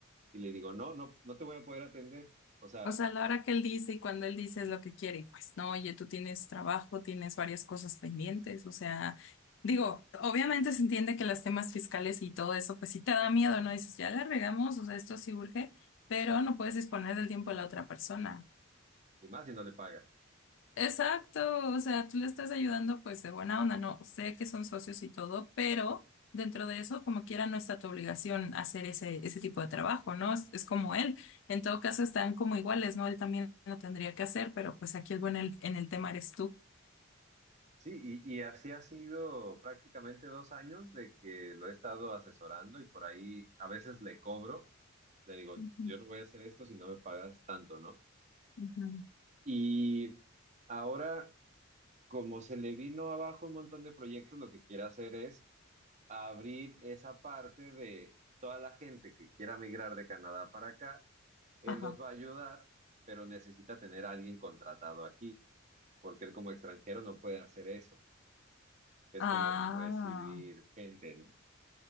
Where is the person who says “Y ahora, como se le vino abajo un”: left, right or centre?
Right